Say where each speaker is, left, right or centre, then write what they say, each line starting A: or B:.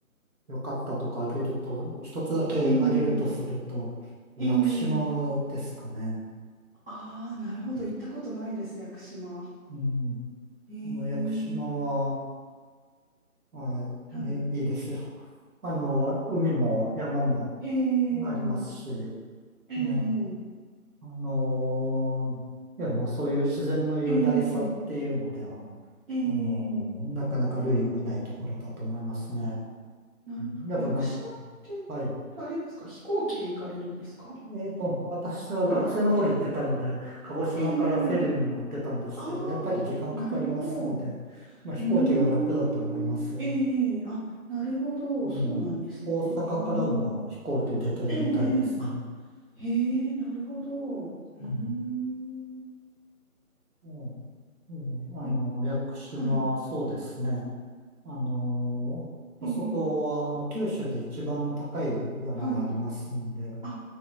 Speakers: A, on the right (about 75°); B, on the right (about 40°).
A: 良かったとかあげると、一つだけあげるとすると、
B: ええ
A: 屋久島ですかね。
B: ええああー、なるほど。行ったことないです、屋久島。
A: うん。
B: ええ
A: あの、屋久島は、はい、
B: はい。
A: いいいいですよ。<laughs> あの、海も山も
B: ええ
A: ありますし、ね、
B: ええ
A: あのーいや、もうそういう自然の雄大さっていうのでは、
B: ええええ
A: あのーなかなか類を見ないところだと思いますね。
B: なるほど。
A: うんやっぱ、
B: 屋久島って、
A: ま、はい。
B: あれですか飛行機で行かれるんですか
A: えーと、私は学生の頃行ってたので、
B: どうやって
A: 鹿児島からフェリーに乗ってたんですけど、
B: ええああー、
A: やっぱり時間かかりますんで、
B: なるほど。う
A: まあ、飛行機が楽だと思います。
B: ーん。ええ、ええあ、なるほど。
A: うん。
B: そうなんですね。
A: 大阪からも飛行機出てるみたいですね。
B: うーん。ええ、ええあ、へえ、なるほど。うーん。
A: うん。うんうんあの、
B: やっ、
A: 屋久島、
B: はい。
A: そうですね。あの、あそこは、
B: ええ、
A: あの、九州で一番高い山がありますんで、
B: はい。あ、